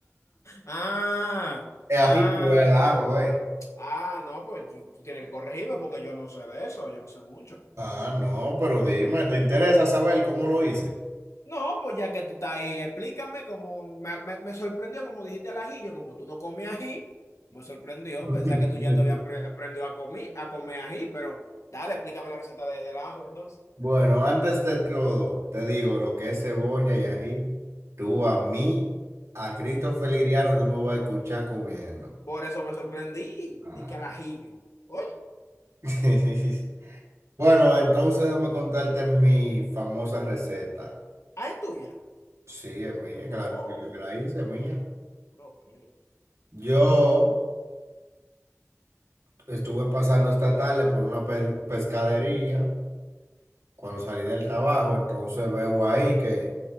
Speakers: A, on the left (about 70°); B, on the right (about 65°).
A: Ah,
B: Es ajillo,
A: ah,
B: es al ajo, eh.
A: ah, no, pues tú, tú tienes que corregirme porque yo no sé de eso, yo no sé mucho.
B: Ah, no, pero dime, ¿te interesa saber cómo lo hice?
A: No, pues ya que tú estás ahí, explícame cómo me, me- me sorprendió, como dijiste al ajillo, como tú no comes ají, me sorprendió
B: <laughs>
A: pensar que tú ya te habías apre- aprendido a comer, a comer ají, pero dale, explícame la receta de- del ajo entonces.
B: Bueno, antes de todo, te digo, lo que es cebolla y ají, tú a mí, a Cristo Feliriano, tú no vas a escuchar comiendo.
A: Por eso me sorprendí,
B: Ah.
A: dije al ajillo. Oye,
B: <laughs> Bueno, entonces déjame contarte mi famosa receta.
A: ah, es tuya.
B: Sí, es mía, claro,
A: Oh,
B: fui yo que la hice, es mía.
A: ok.
B: Yo estuve pasando esta tarde por una pe- pescadería cuando salí del trabajo, entonces veo ahí que